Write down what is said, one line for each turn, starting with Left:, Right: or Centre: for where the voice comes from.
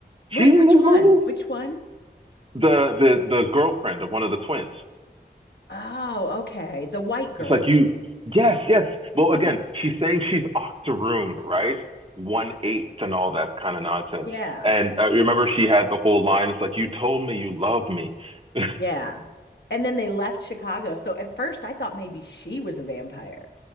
Left: Wait,
Right: She's in
Left: which
Right: this
Left: one?
Right: movie.
Left: Which one?
Right: The the the girlfriend of one of the twins.
Left: Oh, okay. The white girl.
Right: It's like you, yes, yes. Well, again,
Left: Okay.
Right: she's saying she's Octoroon, right? One eighth and all that kind of nonsense.
Left: Yeah.
Right: And uh, you remember she had the whole line. It's like you told me you love me, <laughs>
Left: Yeah. And then they left Chicago. So at first I thought maybe she was a vampire